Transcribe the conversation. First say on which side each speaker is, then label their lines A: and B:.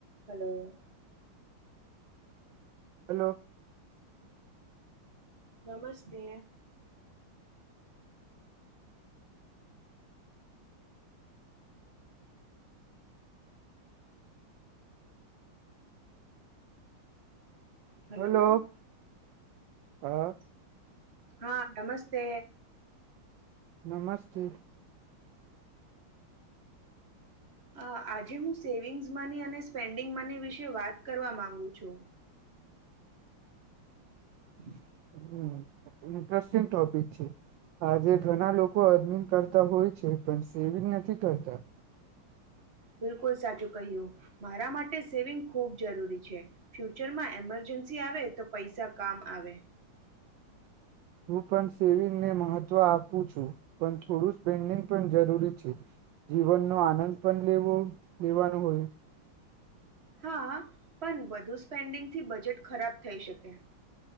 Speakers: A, on the right; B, on the right.
A: Hello.
B: Hello.
A: નમસ્તે. hello.
B: Hello હા.
A: હા, નમસ્તે.
B: નમસ્થે.
A: હા, આજે હું સેવિંગ્સ મની અને સ્પેન્ડિંગ મની વિશે વાત કરવા માંગુ છું. <unintelligible>
B: હમ, ઈન્ટ્રસ્ટિંગ ટોપિક છે. આજે ઘના લોક અર્નિંગ કરતા હોય છે, પન સ એવુ જ નથી કરતા.
A: બિલકુલ સાચું કહ્યું. મારા માટે સેવિંગ ખૂબ જરૂરી છે. ફ્યુચરમાં એમરજન્સી આવે તો પૈસા કામ આવે.
B: હું પન સેવિંગને મહત તો આપું છું, પન થોડું સ્પેન્ડિંગ પણ જરૂરી છે. જીવનનો આનંદ પન લેવો લેવાનો હોય.
A: હા, પણ વધુ સ પેન્ડિંગથી બજેટ ખરાબ થઈ શકે.